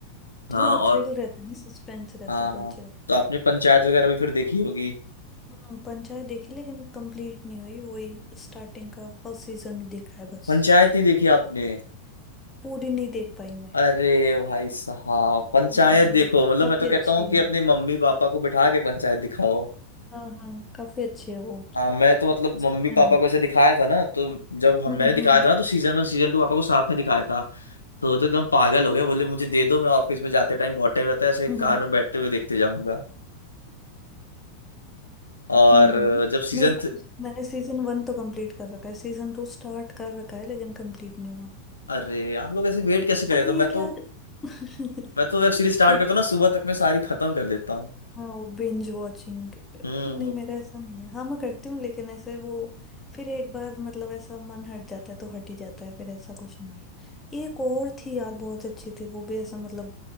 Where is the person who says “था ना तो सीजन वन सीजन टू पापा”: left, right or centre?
Left